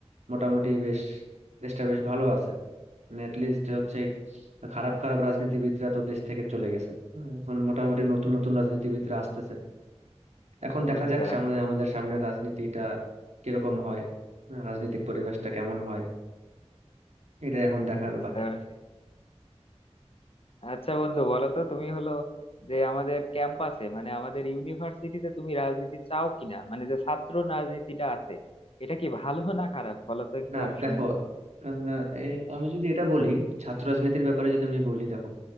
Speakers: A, on the right (about 85°); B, on the left (about 55°).
A: মোটামুটি বেশ দেশটা বেশ ভালো আছে মানে লিস্ট হচ্ছে খারাপ খারাপ রাজনীতিবিদরা তো দেশ থেকে চলে গেছে হুম, এখন মোটামুটি নতুন নতুন রাজনীতিবিদরা আসতেছে এখন দেখা
B: বুঝতে
A: যাক
B: পারছি
A: সামনে আমাদের সামনে রাজনীতিটা কিরকম হয় হ্যাঁ, রাজনৈতিক পরিবেশটা কেমন হয় এটা এখন দেখার
B: বুঝতে
A: বাকি
B: পারছি আচ্ছা বন্ধু বলো তো তুমি হলো যে আমাদের ক্যাম্পাসে মানে আমাদের ইউনিভার্সিটিতে তুমি রাজনীতি চাও কিনা মানে যে ছাত্র রাজনীতিটা আছে এটা কি ভালো না খারাপ বলো তো একটু
A: না
B: আমি
A: দেখো
B: শুনি
A: আহ, এ- আমি যদি এটা বলি ছাত্র রাজনীতির ব্যাপারে যদি আমি বলি দেখো